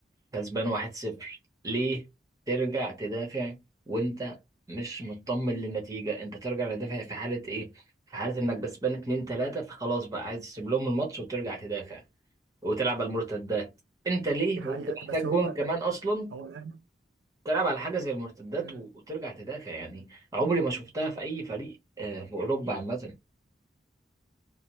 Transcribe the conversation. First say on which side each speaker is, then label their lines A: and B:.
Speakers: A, on the right; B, on the right.
A: كسبان واحد صفر ليه ترجع تدافع وانت مش مطمن للنتيجة انت ترجع تدافع في حالة ايه في حالة انك كسبان اتنين تلاتة فخلاص بقى عايز تسيب لهم الماتش وترجع تدافع وتلعب على المرتدات انت ليه
B: دي
A: وانت
B: حقيقه بس
A: محتاج
B: هو
A: جون كمان اصلا
B: هو الاهلي
A: تلعب على حاجه زي المرتدات
B: مم.
A: و- وترجع تدافع يعني عمري ما شفتها في اي فريق آه، في اوروبا عامه